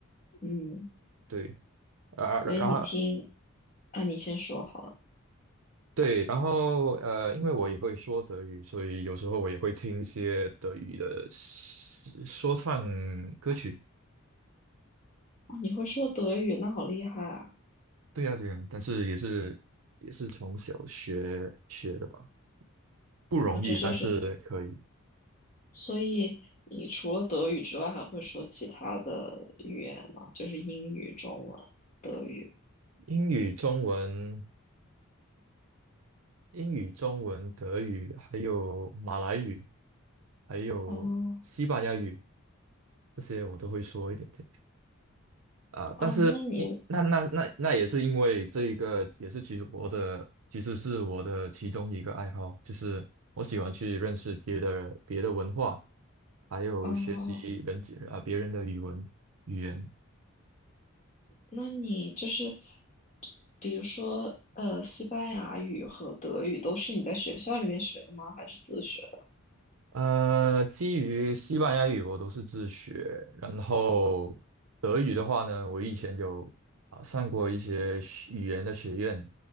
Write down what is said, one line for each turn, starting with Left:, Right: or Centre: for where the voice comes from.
Left: 嗯。
Right: 对，啊，
Left: 所以你听，
Right: 然然后
Left: 啊，你先说好了。
Right: 对，然后呃，因为我也会说德语，所以有时候我也会听一些德语的说唱歌曲，
Left: 哦，你会说德语，那好厉害啊！
Right: 对呀对呀，但是也是也是从小学学的吧。不容易，
Left: 哦，这就是，
Right: 但是可以。
Left: 所以你除了德语之外，还会说其他的语言吗？就是英语、中文、德语。
Right: 英语、中文、英语、中文、德语，还有马来语，还有西班牙语，
Left: 哦，
Right: 这些我都会说一点点啊。
Left: 啊，
Right: 但是，
Left: 那你，
Right: 一那那那那也是因为这一个，也是其实我的其实是我的其中一个爱好，就是我喜欢去认识别的别的文化，还有学习人啊别人的语文语言。
Left: 哦，那你就是，比如说，呃，西班牙语和德语都是你在学校里面学的吗？还是自学的？
Right: 呃，基于西班牙语我都是自学，然后德语的话呢，我以前有啊、上过一些学语言的学院、